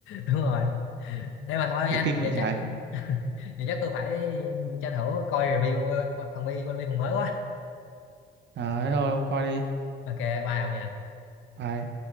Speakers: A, on the left (about 80°); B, on the right (about 60°).
A: đúng rồi thế mà thôi
B: thì
A: nha
B: kinh
A: vậy
B: vậy trời
A: chắc vậy chắc tôi phải tranh thủ coi review ờ, phần bi con bi phần mới quá
B: à, thôi không coi đi
A: ok bye ông nha
B: bye